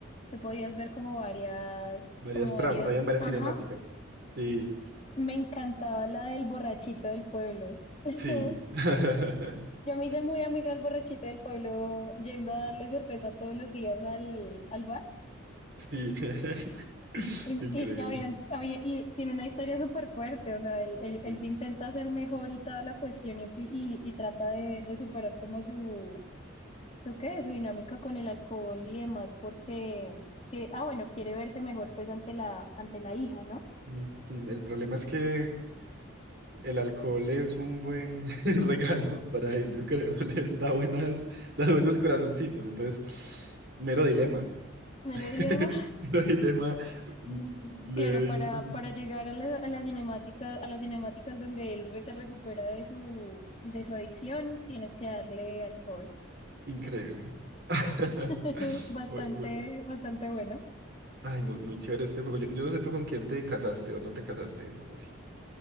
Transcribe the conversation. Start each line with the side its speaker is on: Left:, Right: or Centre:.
Left: te podías ver como varias,
Right: Varias
Left: como
Right: tramas,
Left: varias,
Right: habían varias
Left: ajá,
Right: cinemáticas. Sí,
Left: me encantaba la del borrachito del pueblo. <laughs>
Right: sí. <laughs>
Left: Yo me hice muy amiga del borrachito del pueblo yendo a darle cerveza todos los días al, al bar.
Right: Sí. <laughs>
Left: Y,
Right: Increíble.
Left: y, y habían- había- y tiene una historia súper fuerte, o sea, él, él-
Right: sí
Left: él se intenta hacer mejor y toda la cuestión y, empi- y- y trata de, de superar como su, su, ¿qué? su dinámica con el alcohol y demás, porque, que, ah, bueno, quiere verse mejor pues ante la, ante la hija, ¿no?
Right: Mm, mm, El problema es que el alcohol es un buen <laughs> regalo para él, yo creo. <laughs> Le da buenas, da buenos corazoncitos. Entonces, <sniffs> mero dilema.
Left: mero
Right: <laughs>
Left: dilema
Right: Mero dilema. mm, Le
Left: Claro,
Right: doy
Left: para,
Right: corazón.
Left: para llegar a la, a la cinemática, a las cinemáticas donde él re- se recupera de su, de su adicción, tienes que darle alcohol.
Right: Increíble. <laughs>
Left: <laughs> Bastante,
Right: Muy, muy-
Left: bastante bueno,
Right: Ay, muy, muy chévere este juego. Yo, yo no sé tú con quién te casaste o no te casaste. o sí.